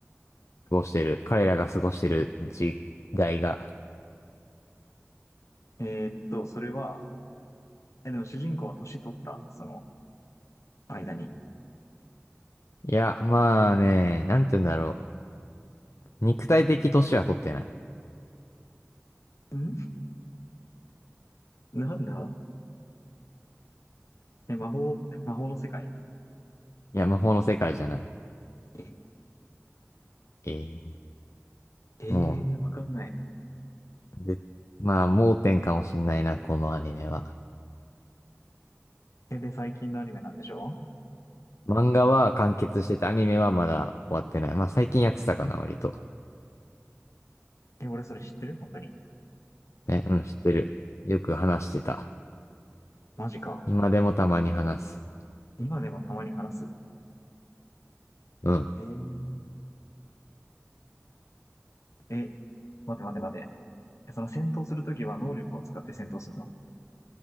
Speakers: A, on the left (about 70°); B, on the left (about 80°).
A: 過ごしてる。
B: え
A: 彼らが過ごしてる時代が。
B: えーっと、それは、え、でも主人公は年取ったその間に。
A: いや、まあね、なんて言うんだろう。肉体的年は取ってない。
B: んなんだえ、魔法、魔法の世界
A: いや、魔法の世界じゃない。
B: え、
A: ええ
B: えー、
A: も
B: わかんない。
A: う、でまあ盲点かもしんないな、このアニメは。
B: え、で、最近のアニメなんでしょ
A: 漫画は完結してて、アニメはまだ終わってない。まあ最近やってたかな、割と。
B: え、俺それ知ってる本当に。
A: ね、うん、知ってる。よく話してた。
B: マジか。
A: 今でもたまに話す。
B: 今でもたまに話す。
A: うん。
B: えー、え、待て待て待て。えその戦闘するときは能力を使って戦闘するの